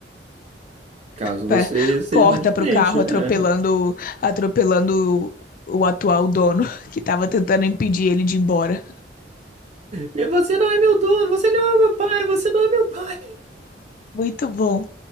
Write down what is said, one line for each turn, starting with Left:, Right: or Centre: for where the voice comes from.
Right: caso
Left: pé,
Right: você seja
Left: corta
Right: inadimplente.
Left: pro carro
Right: É.
Left: atropelando, atropelando o atual dono <laughs> que tava tentando impedir ele de ir embora.
Right: E Você não é meu dono, você não é meu pai, você não é meu pai.
Left: Muito bom,